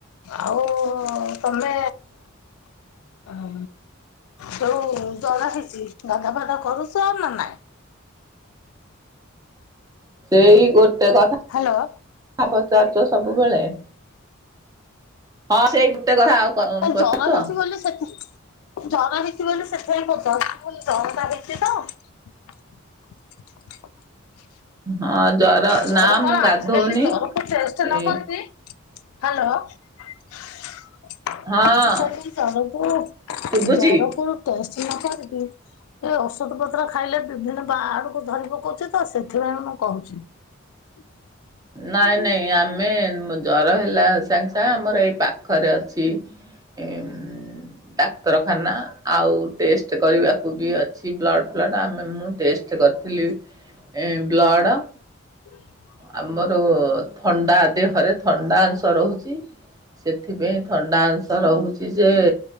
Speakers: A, on the left; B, on the right.
A: ଆଉ ତମେ ଉ ଯୋଉ ଜର ହେଇଛି, ଗାଧା ପାଧା କରୁଚ ନା ନାଇଁ?
B: ସେଇ ଗୋଟେ କଥା
A: ହ୍ୟାଲୋ
B: ପଚାରୁଚ ସବୁବେଳେ। ହଁ ସେଇ ଗୋଟେ କଥା ଆଉ ପଚାରୁଛ?
A: ଜର ହେଇଛି ବୋଲି ସେ ଜର ହେଇଛି ବୋଲି ସେଥିପାଇଁ ପଚାରୁଚି, ମୁଁ କହିଲି ଜର ତ ହେଇଚି ତ! <unintelligible>
B: ହଁ।
A: ଜର
B: ନା
A: କଣ
B: ମୁଁ ଗାଧଉନି
A: ଆଜି କାଲି ଜରକୁ, ଟେଷ୍ଟ ନ
B: ଏ
A: କରିିକି ହାଲୋ। <unintelligible>
B: ହଁ ଶୁଭୁଛି
A: ଜର କୁ ଟେଷ୍ଟ ନ କରିକି ଏ ଔଷଧ ପତ୍ର ଖାଇଲେ ବିଭିନ୍ନ ବାଁ ଆଡକୁ ଧରି ପକଉଛି ତ ସେଥିଲାଗି ମୁଁ କହୁଛି। <inaudible>
B: ନାଇଁ ନାଇଁ ଆମେ ଜର ହେଲା ସାଙ୍ଗେ ସାଙ୍ଗେ ଆମର ଏଇ ପାଖରେ ଅଛି। <unintelligible> ଡାକ୍ତରଖାନା। ଆଉ ଟେଷ୍ଟ କରିବାକୁ ବି ଅଛି ବ୍ଲଡ଼୍ ଫ୍ଲଡ଼୍ ଆମେ ମୁଁ ଟେଷ୍ଟ କରିଥିଲି। ଏ ବ୍ଲଡ
A: <inaudible>
B: ଆମର ଥଣ୍ଡା ଦେହରେ ଥଣ୍ଡା ଅଂଶ ରହୁଚି। ସେଥିପାଇଁ ଥଣ୍ଡା ଅଂଶ ରହୁଛି ଯେ